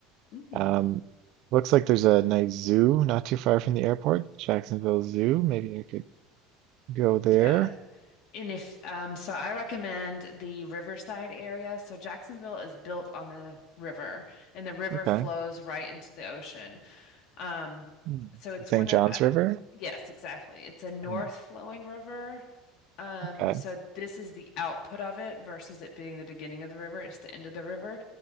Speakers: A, on the left; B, on the right.
A: Mm.
B: Um, looks like there's a nice zoo not too far from the airport, Jacksonville Zoo. Maybe I could go there.
A: Yeah. And if um, so, I recommend the Riverside area. So Jacksonville is built on the river, and the river
B: Okay.
A: flows right into the ocean. Um,
B: Hmm.
A: so it's
B: St.
A: one
B: John's
A: of, uh,
B: River.
A: yes, exactly. It's a north
B: Hmm,
A: flowing river. Um,
B: Okay.
A: so this is the output of it versus it being the beginning of the river. It's the end of the river.